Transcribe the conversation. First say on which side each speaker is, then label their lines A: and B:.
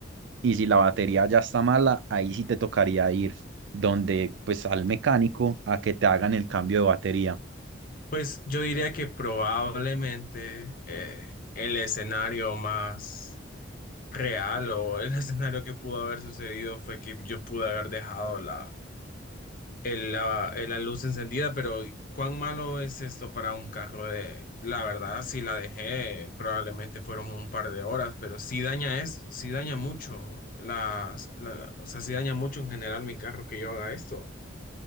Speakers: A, on the right; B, on the left.
A: Y si la batería ya está mala, ahí sí te tocaría ir donde, pues al mecánico a que te hagan el cambio de batería.
B: Pues yo diría que probablemente eh, el escenario más real o el <laughs> escenario que pudo haber sucedido fue que yo pude haber dejado la el- la, eh, la luz encendida, pero ¿cuán malo es esto para un carro de... La verdad, si la dejé, probablemente fueron un par de horas, pero sí daña es, sí daña mucho, las, la- o sea, sí daña mucho en general mi carro que yo haga esto.